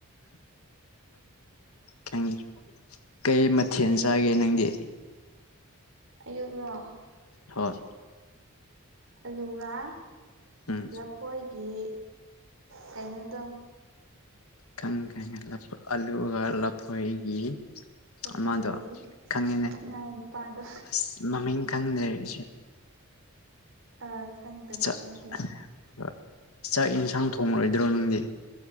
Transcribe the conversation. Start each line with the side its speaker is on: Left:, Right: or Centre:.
Left: ꯈꯪꯗꯦ꯫ ꯀꯩ ꯃꯊꯦꯜ
Right: ꯈꯪꯉꯦ
Left: ꯆꯥꯒꯦ ꯅꯪꯗꯤ꯫
Right: ꯑꯌꯨꯛꯔꯣ꯫
Left: ꯍꯣꯏ꯫
Right: ꯑꯂꯨꯒ
Left: ꯎꯝ
Right: ꯂꯐꯣꯏꯒꯤ ꯀꯩꯅꯣꯗꯣ꯫
Left: ꯈꯪꯉ‌ꯦ ꯈꯪꯉ‌ꯦ ꯑꯂꯨꯒ ꯂꯐꯣꯏꯒꯤ
Right: ꯂꯐꯣꯏꯒꯤ
Left: ꯑꯃꯗꯣ ꯈꯪꯉꯤꯅꯦ
Right: ꯃꯅꯥꯎ ꯅꯨꯄꯥꯗꯣ
Left: ꯑꯁ ꯃꯃꯤꯡ ꯈꯪꯗ꯭ꯔꯦ ꯑꯩꯏꯁꯦ꯫
Right: ꯑꯥ ꯈꯪꯗꯕ
Left: <inaudible>
Right: ꯑꯩꯁꯨ
Left: ꯆꯥꯛ ꯌꯦꯟꯁꯥꯡ ꯊꯣꯡꯉꯔꯣꯏꯗ꯭ꯔꯣ ꯅꯪꯗꯤ꯫